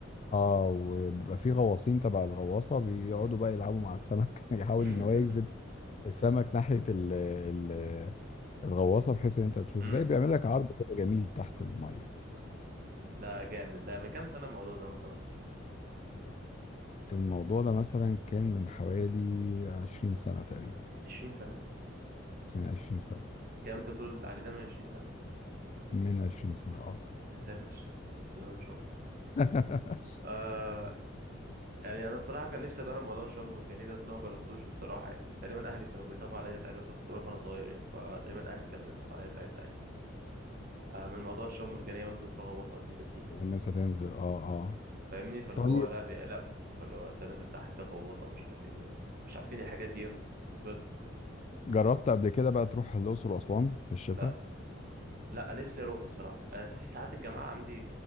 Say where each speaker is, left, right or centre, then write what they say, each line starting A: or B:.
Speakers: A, on the left; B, on the right.
A: اه وبيبقى في غواصين تبع الغواصه بيقعدوا بقى يلعبوا مع السمك <laughs> يحاول
B: <laughs>
A: ان هو يجذب السمك ناحيه ال ال الغواصه بحيث ان انت تشوف
B: امم
A: زي بيعمل لك عرض كده جميل تحت الميه
B: ده جامد ده من كام سنة الموضوع ده مثلا
A: الموضوع ده مثلا كان من حوالي 20 سنه تقريبا
B: 20 سنة
A: من 20 سنه
B: الكلام انت بتقول عليه ده من 20 سنة
A: من 20 سنه اه
B: يا ساتر بسم الله ما شاء الله
A: <laughs>
B: آه يعني انا الصراحة كان نفسي اجرب موضوع الشعب المرجانية ده بس انا ما جربتوش الصراحة يعني. تقريبا اهلي كانوا بيخافوا عليا ساعتها اصلا كنت بروح وانا صغير يعني فتقريبا اهلي كانوا بيخافوا عليا ساعتها يعني. آه من موضوع الشعب المرجانية وانزل في غواصة والحتت دي
A: وان انت تنزل اه اه
B: فاهمني فاللي
A: طيب
B: هو لا بيقلقوا فاللي هو انت نازل تحت غواصه ومش عارف ايه م- مش عارفين الحاجات دي يا ابني بس
A: جربت قبل كده بقى تروح الاقصر واسوان في الشتاء
B: لا لا نفسي اروح الصراحه أنا في ساعات الجامعه عندي